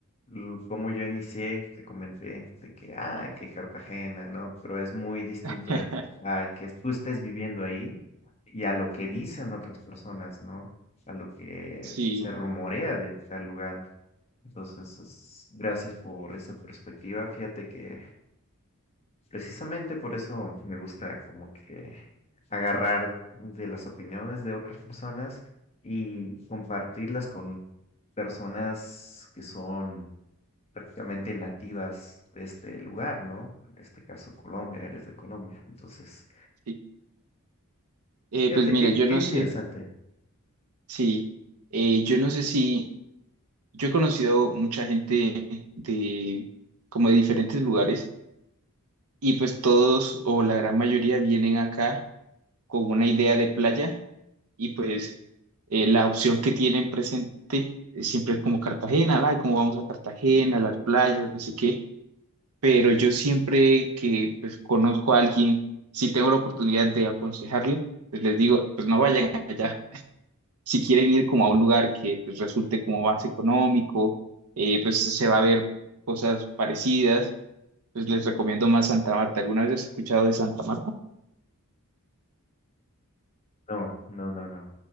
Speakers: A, on the left; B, on the right.
A: L- Como yo inicié, te comenté de que, ah, que Cartagena, ¿no? Pero es muy distinto
B: <laughs>
A: eh, al que tú estés viviendo ahí y a lo que dicen otras personas, ¿no? A lo que
B: Sí,
A: se rumorea de tal lugar. Entonces, es- gracias por esa perspectiva. Fíjate que precisamente por eso me gusta como que agarrar de las opiniones de otras personas y compartirlas con personas que son prácticamente nativas de este lugar, ¿no? En este caso Colombia, eres de Colombia. Entonces,
B: sí. Eh,
A: fíjate,
B: pues mira,
A: qué,
B: yo
A: qué
B: no
A: interesante.
B: sé. Sí, eh, yo no sé si, yo he conocido mucha gente de, como de diferentes lugares y pues todos o la gran mayoría vienen acá con una idea de playa y pues eh, la opción que tienen presente eh, siempre es como Cartagena, ay, cómo vamos a Cartagena, las playas, no sé qué, pero yo siempre que pues conozco a alguien, si tengo la oportunidad de aconsejarle, pues les digo, pues no vayan allá. si quieren ir como a un lugar que pues, resulte como más económico, eh, pues se va a ver cosas parecidas, pues les recomiendo más Santa Marta. ¿Alguna vez has escuchado de Santa Marta?
A: No, no, no, no.